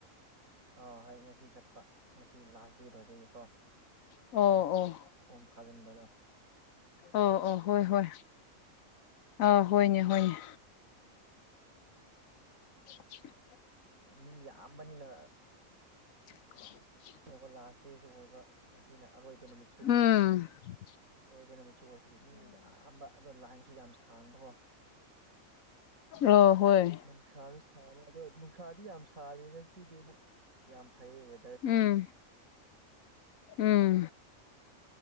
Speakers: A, on the right; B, on the left.
A: ꯑꯥ ꯍꯣꯏ ꯉꯁꯤ ꯆꯠꯄ ꯉꯁꯤ ꯂꯥꯁ ꯗꯦꯠ ꯑꯣꯏꯕꯒꯤꯀꯣ
B: ꯑꯣ ꯑꯣ
A: ꯐꯣꯝ ꯊꯥꯖꯟꯕꯗꯣ
B: ꯑꯣ ꯑꯣ ꯍꯣꯏ ꯍꯣꯏ ꯑꯥ ꯍꯣꯏꯅꯦ ꯍꯣꯏꯅꯦ <inaudible>
A: ꯃꯤ ꯌꯥꯝꯕꯅꯤꯅ
B: <inaudible>
A: ꯉꯁꯤꯅꯀꯣ ꯂꯥꯁ ꯗꯦꯁꯨ ꯑꯣꯏꯕ ꯉꯁꯤꯅ ꯑꯔꯣꯏꯕ ꯅꯨꯃꯤꯠ
B: ꯍꯝ
A: ꯑꯔꯣꯏꯕ ꯅꯨꯃꯤꯠꯁꯨ ꯑꯣꯏꯕꯒꯤ ꯃꯤ ꯌꯥꯝꯕ ꯑꯗꯣ ꯂꯥꯏꯟꯁꯨ ꯌꯥꯝ ꯁꯥꯡꯕꯀꯣ
B: ꯑꯥ ꯍꯣꯏ
A: ꯁꯥꯁꯨ ꯁꯥꯕ ꯑꯗꯣ ꯅꯨꯡꯁꯥꯗꯤ ꯌꯥꯝ ꯁꯥꯗꯦ ꯉꯁꯤꯗꯤ ꯑꯃꯨꯛ ꯌꯥꯝ ꯐꯩꯌꯦ ꯋꯦ
B: ꯎꯝ ꯎꯝ